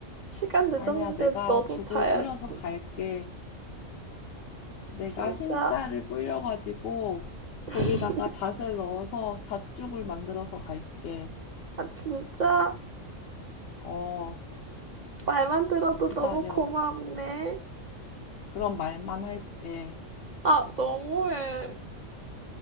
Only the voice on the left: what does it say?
아니야, 내가
죽을
끓여서 갈게. 내가
흰 쌀을 불려가지고
거기다가 잣을 넣어서 잣죽을 만들어서 갈게.
어,
기다려.
그런 말만 할게.